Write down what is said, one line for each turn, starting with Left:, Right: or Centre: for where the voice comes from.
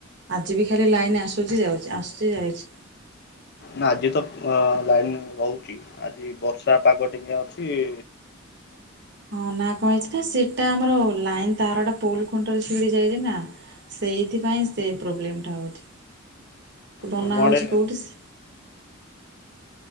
Right: ଆଜି ବି ଖାଲି ଲାଇନ ଆସୁଛି ଯାଉଛି ଆସୁଚ ଯାଉଛି।
Left: ନା ଆଜି ତ ଅ ଲାଇନ ରହୁଛି ଆଜି ବର୍ଷା ପାଗ ଟିକା ଅଛି।
Right: ହଁ ନା କହିଛି ନା ସେଟା ଆମର ଲାଇନ ତାରଟା ପୋଲ ଖୁଣ୍ଟରେ ଛିଡି ଯାଇଛି ନା ସେଇଥିପାଇଁ ସେ ପ୍ରୋବ୍ଲୋ ହଉଛି। ସେ ବନା
Left: ତମ
Right: ହଉଛି
Left: ଆଡେ
Right: କୋଉଠି ସେ